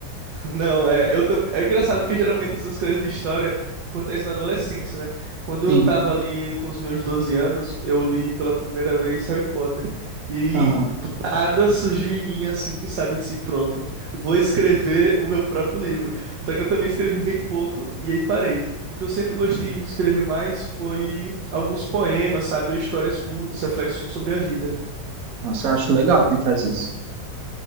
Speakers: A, on the right (about 80°); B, on the right (about 55°).
A: Não, é, eu tam- é engraçado porque geralmente essas coisas de história acontecem na adolescência, né? Quando
B: Sim,
A: eu tava ali com os meus 12 anos, eu li pela primeira vez Harry Potter. E
B: aham.
A: do nada surgiu em mim assim, sabe, disse, pronto, vou escrever o meu próprio livro. Só que eu também escrevi bem pouco e aí parei. O que eu sempre gostei de escrever mais foi alguns poemas, sabe, ou histórias curtas, reflexões sobre a vida.
B: Nossa, eu acho legal quem faz isso.